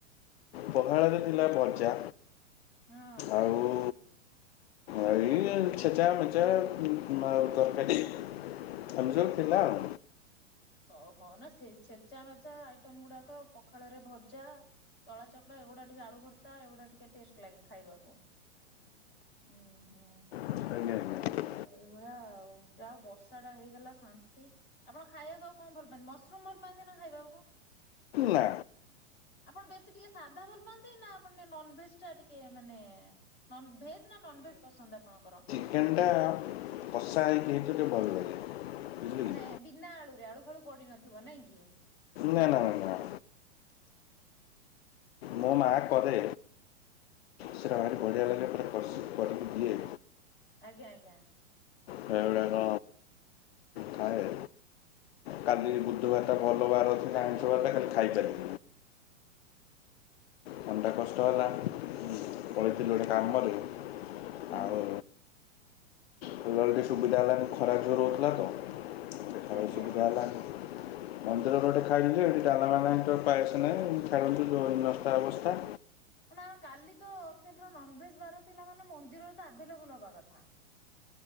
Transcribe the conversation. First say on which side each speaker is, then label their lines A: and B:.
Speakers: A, on the left; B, on the left.
A: ପଖାଳରେ ଥିଲା ଭଜା
B: ହଁ
A: ଆଉ ଏଇ ଛେଚା ମେଚା ଆଉ ତରକାରି ଏମିତି ସବୁ ଥିଲା ଆଉ।
B: ଓହୋ ନା ସେ ଛେଚା ମେଚା ଆଇଟମ ଗୁଡାକ ପଖାଳରେ ଭଜା ଦଳା ଚକଡଡ଼ା ଏଗୁଡା ଟିକେ ଆଳୁ ଭର୍ତା ଏଗୁଡା ଟିକେ ଟେଷ୍ଟ ଲାଗେ ଖାଇବାକୁ। ହୁଁ ହୁଁ।
A: ଆଞା।
B: ଏଇଭଳିଆ ଆଉ ଜା ହୋଉ ବର୍ଷାଟା ହେଇଗଲା ଶାନ୍ତି ଆପଣ ଖାଇବାକୁ ଆଉ କଣ ଭଲ ପାଆନ୍ତି ମସରୁମ ଭଲ ପାଆନ୍ତି ନା ଖାଇବାକୁ?
A: ନା
B: ଆପଣ ବେଶୀ ଟିକେ ସାଧା ଭଲ ପାଆନ୍ତି ନା ଆପଣ ଟିକେ ନନଭେଜ ଟା ଟିକେ ମାନେ ନ ଭେଜ ନା ନନ୍ ଭେଜ ପସନ୍ଦ ଆପଣଙ୍କର?
A: ଚିକେନ ଟା କଶା ହେଇକି ହେଇଛି ଟିକେ ଭଲ ଲାଗେ। ବୁଝିଲେ
B: ମାନେ
A: କି
B: ବିନା ଆଳୁରେ ଆଳୁ ଫାଳୁ ପଡି ନଥିବ ନାଇଁ କି।
A: ନା ନା ନା। ମୋ ମା କରେ। ସେରା ଭାରି ବଢିଆ ଲାଗେ ପୁରା କଷି କି କରିକି ଦିଏ।
B: ଆଜ୍ଞା ଆଜ୍ଞା।
A: ସେଗୁଉଡା ଖାଏ କାଲି ବୁଧୁ ବାର ଟା ଭଲ ବାର ଥିଲା
B: ଆଜ୍ଞା
A: ଆଁଇଶ ବାର୍ ଟା ଖାଲି ଖାଇପାରି ଲିନି। ମନ ଟା କଷ୍ଟ ହେଲା ଉଁ
B: ହୁଁ
A: ପଳେଇଥିଲି ଗୋଟେ କାମରେ
B: ହୁଁ
A: ଆଉ। କୁଲର ସୁବିଧା ହେଲାନି ଖରା ଜୋର ହଉଥିଲା ତ। ଟିକେ ଖାଇବା
B: ଆଜ୍ଞା
A: ସୁବିଧା
B: ଆଜ୍ଞା।
A: ହେଲାନି। ମନ୍ଦିର ରେ ଗୋଟେ ଖାଇଲି ଯେ ସେଠି ଡାଲମା ନାଇଁ ତ ପାଏସ ନାହିଁ ଛାଡ଼ନ୍ତୁ ଜୋଉ ହିନ ସ୍ତା ଅବସ୍ଥା।
B: ନା କାଲି ତ ଆକଚୁଆଲି ରେ ନନ୍ଭେଜ ବାର ଥିଲା ମାନେ ମନ୍ଦିରରେ ତ ଆଭେ ଲେବୁଲ ହବା କଥା।